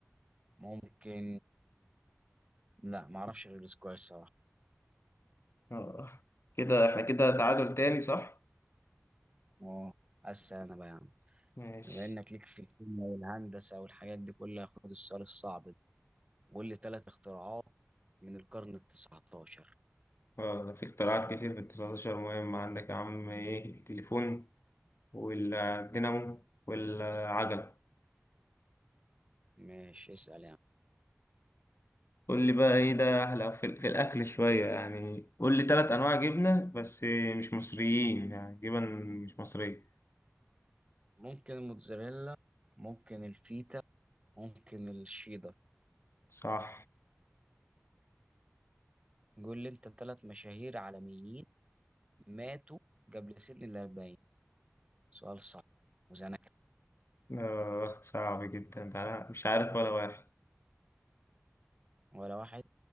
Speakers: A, on the right; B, on the left.
A: ممكن لا ما اعرفش غير الاسكواش صراحه
B: آه، كده احنا كده تعادل تاني صح؟
A: اه اسال انا بقى يا عم
B: ماشي
A: بما انك ليك في الكيمياء والهندسه والحاجات دي كلها خد السؤال الصعب ده قول لي ثلاث اختراعات من القرن ال 19
B: آه، ده في اختراعات كتير في ال 19 مهم عندك يا عم ايه التليفون والدينامو والعجلة
A: ماشي اسال يعني
B: قول لي بقى ايه ده احلى في, في الاكل شويه يعني قول لي ثلاث انواع جبنه بس مش مصريين يعني جبن مش مصريه
A: ممكن الموتزاريلا ممكن الفيتا ممكن الشيدر
B: صح
A: قول لي انت ثلاث مشاهير عالميين ماتوا قبل سن ال 40 سؤال صعب وزنك
B: آه صعب جدا ده أنا مش عارف ولا واحد
A: ولا واحد